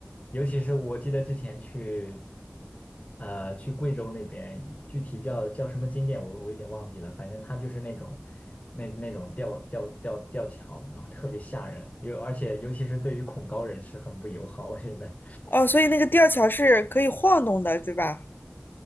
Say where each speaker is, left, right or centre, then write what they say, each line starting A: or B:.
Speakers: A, on the left; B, on the left.
A: 尤其是我记得之前去，呃，去贵州那边，具体叫叫什么景点我我有点忘记了，反正它就是那种，那那种吊吊吊吊桥，然后特别吓人，尤而且尤其是对于恐高人士很不友好，我觉得。
B: 哦，所以那个吊桥是可以晃动的，对吧？